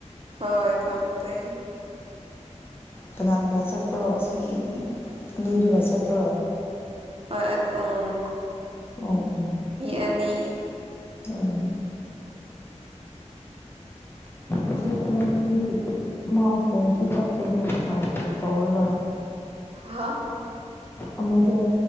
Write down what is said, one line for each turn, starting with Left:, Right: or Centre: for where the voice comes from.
Right: ꯍꯣꯏ ꯐꯪꯗꯦ
Left: ꯀꯅꯥ ꯀꯅꯥ ꯆꯠꯄ꯭ꯔꯣ ꯁꯤ ꯑꯅꯤꯗꯨꯒ ꯆꯠꯄ꯭ꯔꯣ
Right: ꯍꯣꯏ ꯑꯠ-ꯎꯝ
Left: ꯑꯣꯎ
Right: ꯃꯤ ꯑꯅꯤ
Left: ꯍꯣꯏ
Right: <unintelligible>
Left: ꯑꯁꯤ ꯑꯃꯥꯗꯨꯗꯤ ꯃꯥ ꯐꯣꯟꯁꯨ ꯆꯠꯇꯦꯅꯦ ꯍꯥꯟꯅ ꯀꯣꯜ ꯇꯧꯔꯥꯒ
Right: ꯍꯥ
Left: ꯑꯃꯥꯗꯣ